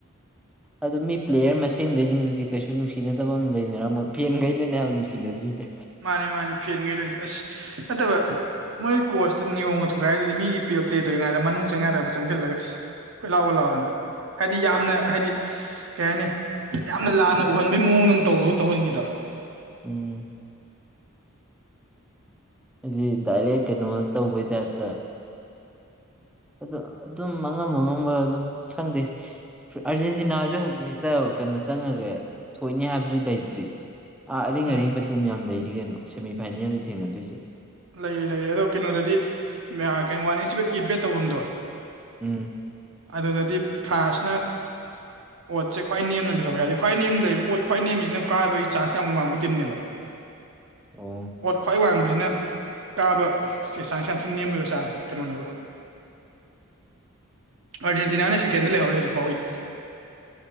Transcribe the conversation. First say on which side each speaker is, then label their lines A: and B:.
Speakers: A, in the centre; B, on the right (about 65°).
A: ꯑꯗꯨ ꯃꯤ ꯄ꯭ꯂꯦꯌꯔ ꯃꯁꯦꯟꯒꯩꯁꯤꯡꯗꯨꯗꯤ ꯀꯩꯁꯨ ꯅꯨꯡꯁꯤꯅꯗꯕ ꯑꯃ ꯂꯩꯅꯔꯝꯃꯣꯏ ꯐꯦꯟꯒꯩꯪ ꯅꯅꯦ ꯍꯥꯏꯕ ꯅꯨꯡꯁꯤꯅꯗ꯭ꯔꯤꯖꯦ
B: ꯃꯥꯅꯦ-ꯃꯥꯅꯦ ꯐꯦꯟꯒꯩꯗꯨꯅꯤ ꯑꯁ ꯅꯠꯇꯕ ꯃꯣꯏ ꯀꯣꯔꯁꯇꯨ ꯅꯤꯌꯣꯝꯒ ꯊꯨꯒꯥꯏꯗꯨꯗꯤ ꯃꯤꯒꯤ ꯄꯤꯌꯣ ꯄ꯭ꯂꯦ ꯇꯧꯔꯤꯉꯥꯏꯗ ꯃꯅꯨꯡ ꯆꯪ ꯌꯥꯗꯕꯗꯣ ꯆꯪꯁꯤꯜꯂꯒ ꯑꯁ ꯀꯣꯏ ꯂꯥꯎꯒ-ꯂꯥꯎꯗꯅ ꯍꯥꯏꯗꯤ ꯌꯥꯝꯅ ꯍꯥꯏꯗꯤ ꯀꯩ ꯍꯥꯏꯅꯤ ꯌꯥꯝꯅ ꯂꯥꯟꯅ ꯎꯍꯟꯕꯩ ꯃꯑꯣꯡꯗ ꯇꯧꯕꯒꯨꯝ ꯇꯧꯍꯟꯈꯤꯗ꯭ꯔꯣ
A: ꯎꯝ ꯑꯗꯨꯗꯤ ꯗꯔꯌꯥꯛ ꯀꯩꯅꯣ ꯇꯧꯕꯩ ꯇꯥꯏꯞꯇ ꯑꯗꯨ ꯑꯗꯨꯝ ꯑꯉꯝ-ꯑꯉꯝꯕ ꯑꯗꯨꯝ ꯈꯪꯗꯦ ꯑꯥꯔꯖꯦꯟꯇꯤꯅꯥꯖꯨ ꯍꯧꯖꯤꯛ ꯍꯦꯛꯇ ꯀꯥꯅꯣ ꯆꯪꯉꯥꯒꯦ ꯊꯣꯏꯅꯤ ꯍꯥꯏꯕꯖꯨ ꯂꯩꯇ꯭ꯔꯤ ꯑꯥ ꯑꯔꯤꯡ-ꯑꯔꯤꯡꯕ
B: ꯎꯝ
A: ꯇꯤꯝ ꯌꯥꯝ ꯂꯩꯔꯤ ꯀꯩꯅꯣ ꯁꯦꯃꯤ ꯐꯥꯏꯅꯦꯜꯗ ꯊꯦꯡꯅꯗꯣꯏꯁꯦ
B: ꯂꯩꯔꯤ-ꯂꯩꯔꯤ ꯑꯗꯣ ꯀꯩꯅꯣꯗꯗꯤ ꯎꯝ ꯑꯥ ꯀꯩꯋꯥꯟ ꯏꯁ ꯀꯤ ꯕꯦꯠ ꯇꯧꯕꯝꯗꯣ
A: ꯎꯝ
B: ꯑꯗꯨꯗꯗꯤ ꯐ꯭ꯔꯥꯟꯁꯅ
A: <inaudible>
B: ꯑꯣꯠꯁꯦ ꯈ꯭ꯋꯥꯏ ꯅꯦꯝꯅ ꯂꯩꯍꯧꯋꯦ ꯍꯥꯏꯗꯤ ꯈ꯭ꯋꯥꯏ ꯅꯦꯝꯅ ꯂꯩꯕ ꯑꯣꯠ ꯈ꯭ꯋꯥꯏ ꯅꯦꯝꯃꯤꯁꯤꯅ ꯀꯥꯕꯒꯤ ꯆꯥꯡꯁ ꯌꯥꯝ ꯋꯥꯡꯕ ꯇꯤꯝꯅꯦꯕ
A: ꯑꯣ
B: ꯑꯣꯠ ꯈ꯭ꯋꯥꯏ ꯋꯥꯡꯕꯁꯤꯅ ꯀꯥꯕ ꯆꯦ ꯆꯥꯡꯁ ꯌꯥꯝ ꯊꯤꯅ ꯅꯦꯝꯕꯕ ꯆꯥꯡ ꯀꯩꯅꯣꯅꯦꯕ ꯑꯥꯔꯖꯦꯟꯇꯤꯅꯥꯅ ꯁꯦꯀꯦꯟꯗ ꯂꯩꯍꯧꯔꯦ ꯍꯧꯖꯤꯛ ꯐꯥꯎꯒꯤꯗꯤ